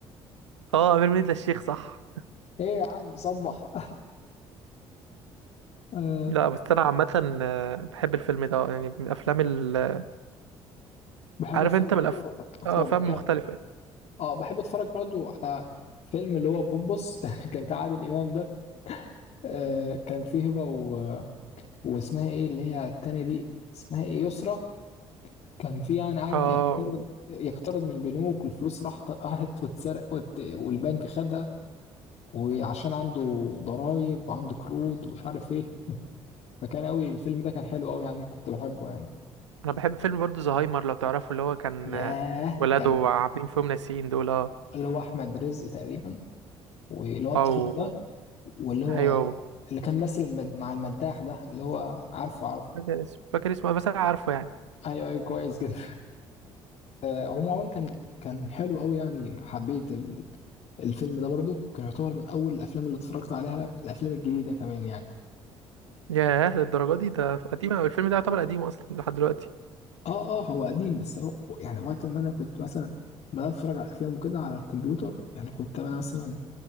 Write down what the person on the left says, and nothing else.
<laughs> ايه يا عم صبح <laughs> آه،
بحب
اتفرج
برضو
اتفضل
كمل
اه بحب اتفرج برضو على فيلم اللي هو بوبس <laughs> كان بتاع عادل امام ده آه، كان فيه هبه و... واسمها ايه اللي هي التانية دي اسمها ايه يسرا كان في يعني قعد
يقترض يقترض من البنوك والفلوس راحت راحت واتسرق وات- والبنك خدها وعشان عنده ضرايب وعنده قروض ومش عارف ايه فكان قوي الفيلم ده كان حلو قوي يعني كنت بحبه يعني
ياه
كان
اللي هو احمد رزق تقريبا واللي هو التخين
ده واللي هو
اللي كان ماسك المد... مع المداح ده اللي هو عارفه عارفه
ايوه ايوه كويس جدا آه، هو عموما كان كان حلو قوي يعني حبيت ال- الفيلم ده برضو كان يعتبر من اول الافلام اللي اتفرجت عليها الافلام الجديده كمان يعني
اه اه هو قديم بس هو يعني وقت ما انا كنت مثلا بدات اتفرج على افلام وكده على الكمبيوتر يعني كنت انا مثلا